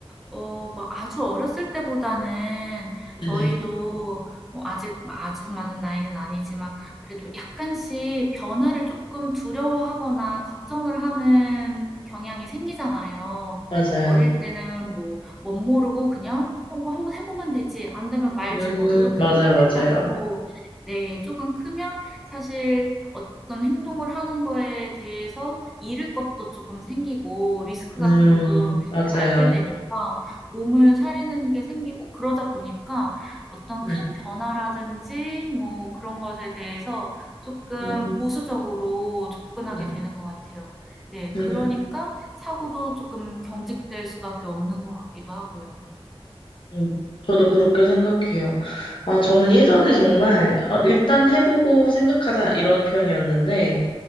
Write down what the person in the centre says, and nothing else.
어, 뭐 아주 어렸을 때보다는 저희도
뭐 아직 뭐 아주 많은 나이는 아니지만 그래도 약간씩 변화를 조금 두려워하거나 걱정을 하는 경향이 생기잖아요.
어릴 때는 뭐, 못 모르고 그냥, 어, 뭐 한번 해보면 되지. 안 되면 말지
뭐, 이렇게
생각했다가도,
네, 조금 크면 사실 어떤 행동을 하는 거에 대해서 잃을 것도 조금 생기고 리스크
같은 것도
이제 알게 되니까 몸을 사리는 게 생기고 그러다 보니까 어떤
큰 변화라든지 뭐 그런 것에 대해서 쪼끔
보수적으로 접근하게
되는 것 같아요. 네.
그러니까 사고도 쪼끔 경직될 수밖에 없는 것 같기도 하고요.
네.